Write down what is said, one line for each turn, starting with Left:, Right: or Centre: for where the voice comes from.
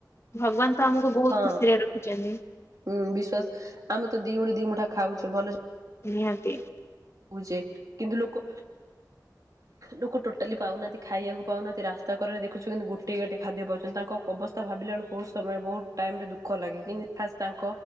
Left: ଭଗବାନ ତ ଆମକୁ ବହୁତ
Right: ହଁ
Left: ଖୁସିରେ ରଖିଛନ୍ତି
Right: ଉ ବିଶ୍ବାସ ଆମେ ତ ଦି ଓଳି ଦିମୁଠା ଖାଉଛେ ଭଲସେ
Left: ନିହାତି।
Right: ଯେ କିନ୍ତୁ ଲୋକ ଲୋକ ଟୋଟାଲି ପାଉନାହାନ୍ତି ଖାଇବାକୁ ପାଉନାହାନ୍ତି। ରାସ୍ତା କରରେ ଦେଖୁଛୁ କେମିତି ଗୋଟେଇ ଗାଟେଇ ଖାଦ୍ୟ ପାଉଚନ୍ତି। ତାଙ୍କ କବା ଅବସ୍ତା ଭାବିଲା ବେଳକୁ ବହୁ ସମୟ ବହୁତ ଟାଇମ୍ ରେ ଦୁଃଖ ଲାଗେ। କିନ୍ତୁ ଖାସ୍ ତାଙ୍କ